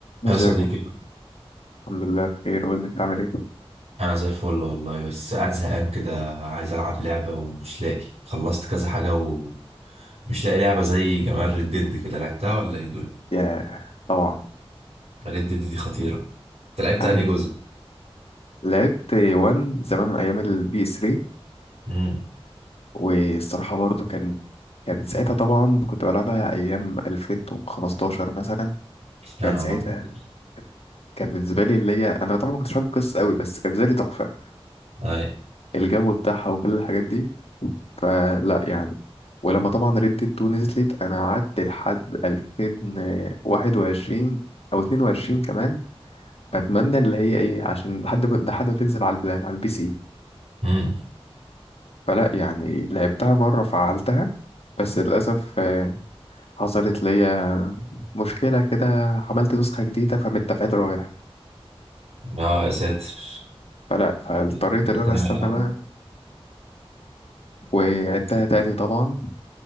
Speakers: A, on the left (about 70°); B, on the right (about 85°).
A: ازيك
B: يا صديقي
A: يا أخويا؟ الحمد لله بخير قول لي انت عامل ايه
B: انا زي الفل والله بس قاعد زهقان كده عايز العب لعبه ومش لاقي خلصت كذا حاجه ومش لاقي لعبه زي جمال ريد ديد كده لعبتها ولا ايه الدنيا
A: يا طبعا
B: ريد ديد دي خطيره انت لعبت
A: يعني
B: انهي جزء
A: لعبت وان زمان ايام البي اس 3
B: امم
A: والصراحه برضو كان كانت ساعتها طبعا كنت بلعبها ايام 2015 مثلا
B: يا
A: كانت
B: نهار
A: ساعتها
B: ابيض
A: كانت بالنسبه لي اللي هي انا طبعا ما كنتش فاهم القصه قوي بس كانت بالنسبه لي تحفه
B: اي
A: الجو بتاعها وكل الحاجات دي فلا يعني ولما طبعا ريد 2 نزلت انا قعدت لحد 2021 او 22 كمان بتمنى اللي هي ايه عشان لحد ما لحد ما تنزل على البلا- على البي سي
B: امم
A: فلا يعني لعبتها مرة فعلتها بس للأسف آه، حصلت ليا مشكلة كده عملت نسخة جديدة فمتفعيل رايح
B: اه يا ساتر
A: فلا فاضطريت
B: تعمل
A: إن أنا أستنى
B: اول
A: بقى وعدتها تاني طبعا